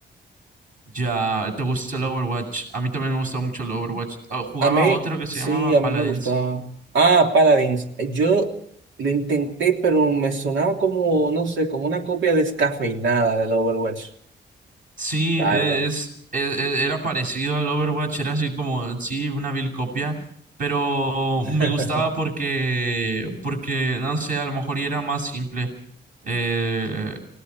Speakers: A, on the right (about 45°); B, on the right (about 85°).
A: Ya, ¿te gusta el Overwatch? A mí también me gustaba mucho el Overwatch. Oh, jugaba
B: A mí,
A: otro que se
B: sí,
A: llamaba Paladins.
B: a mí me gustaba. Ah, Paladins. Yo lo intenté, pero me sonaba como, no sé, como una copia descafeinada del Overwatch,
A: Sí,
B: la
A: e-
B: verdad.
A: es, e- e- era parecido al Overwatch, era así como, sí, una vil copia, pero
B: <laughs>
A: me gustaba porque, porque, no sé, a lo mejor y era más simple. Eh,